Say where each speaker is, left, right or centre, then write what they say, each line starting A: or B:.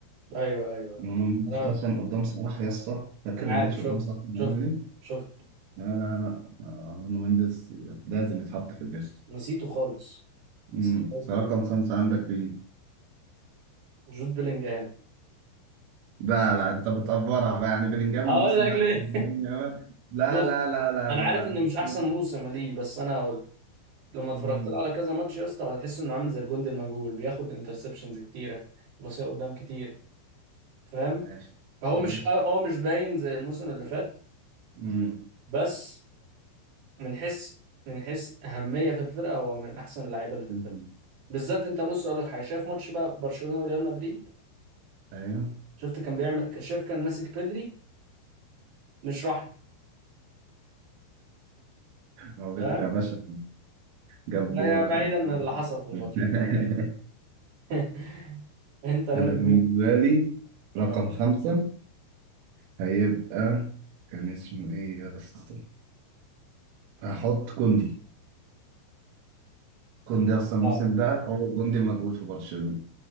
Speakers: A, on the right; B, on the right.
A: أيوه أيوه
B: نونو
A: أيوه
B: مينديز
A: أنا
B: أصلا قدام صلاح يا اسطى فاكر
A: أنا
B: الماتش
A: عارف شفت
B: قدام صلاح كان
A: شفت
B: عامل إيه؟
A: شفت
B: لا لا لا آه، نونو مينديز لازم يتحط في الليست
A: نسيته خالص
B: امم
A: نسيته خالص بجد
B: رقم خمسة عندك في
A: جود بلينجهام
B: لا لا أنت بتقفرها بقى يعني بلينجهام
A: هقول
B: الموسم
A: لك
B: ده
A: ليه
B: مهم أوي لا
A: بص
B: لا لا لا
A: انا
B: لا
A: عارف انه مش احسن
B: لا
A: موسم ليه بس انا هقول لما اتفرجت
B: امم
A: له على كذا ماتش يا اسطى هتحس انه عامل زي الجندي المجهول بياخد انترسبشنز كتيره يبصيها قدام كتير فاهم
B: ماشي
A: فهو
B: ماشي
A: مش اه آه مش باين زي الموسم اللي فات
B: امم
A: بس من حيث من حيث اهميه في الفرقه هو من احسن اللعيبه اللي في الفرقه
B: أمم.
A: بالذات انت بص اقول لك حاجه شايف ماتش بقى برشلونه وريال مدريد
B: أيوه
A: شفت كان بيعمل شايف كان ماسك بيدري مش رحمه
B: هو بدري
A: فاهم
B: يا باشا جاب
A: ده
B: جول
A: يا بعيدا
B: خد
A: عن اللي حصل في الماتش
B: <laughs>
A: <laughs> انت باكل
B: انا بالنسبه
A: مين؟
B: لي رقم
A: اه
B: خمسة هيبقى كان اسمه ايه يا اسطى هحط كوندي كوندي اصلا الموسم
A: آه.
B: ده هو كوندي موجود في برشلونة